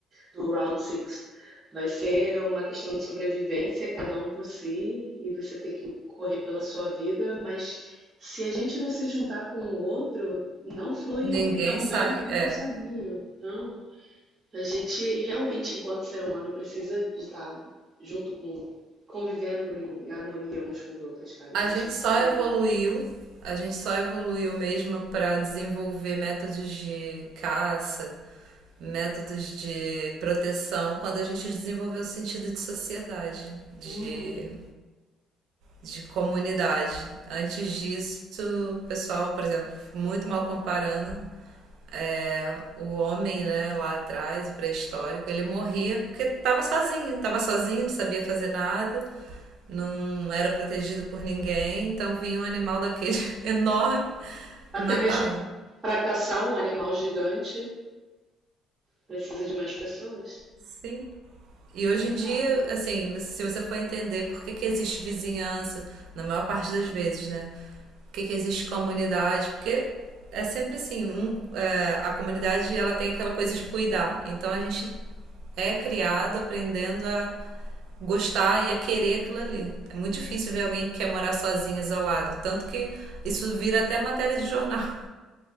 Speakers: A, on the right; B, on the right.
A: do Round Six. Vai ser uma questão de sobrevivência, cada um por si, e você tem que correr pela sua vida, mas se a gente não se juntar com o outro, não flui
B: Ninguém
A: tão
B: sai,
A: bem quanto
B: é.
A: sozinho. Não. A gente realmente, enquanto ser humano, precisa de estar junto com, convivendo em harmonia uns com os outros, cara.
B: A
A: A gente
B: gente
A: precisa.
B: só evoluiu, a gente só evoluiu mesmo pra desenvolver métodos de caça, métodos de proteção, quando a gente desenvolveu o sentido de sociedade, de
A: Uhum.
B: de comunidade. Antes disso, o pessoal, por exemplo, muito mal comparando, é, o homem, né, lá atrás, pré-histórico, ele morria porque estava sozinho, estava sozinho, não sabia fazer nada, não era protegido por ninguém, então vinha um animal daquele <laughs> enorme
A: Até
B: e matava.
A: mesmo para caçar um animal gigante, precisa de mais pessoas.
B: Sim, E hoje
A: Pra
B: em
A: caça.
B: dia, assim, se você for entender por que que existe vizinhança, na maior parte das vezes, né? Por que que existe comunidade? Porque é sempre assim, um, é, a comunidade ela tem aquela coisa de cuidar. Então a gente é criado aprendendo a gostar e a querer aquilo ali. É muito difícil ver alguém que quer morar sozinho, isolado. Tanto que isso vira até matéria de jornal.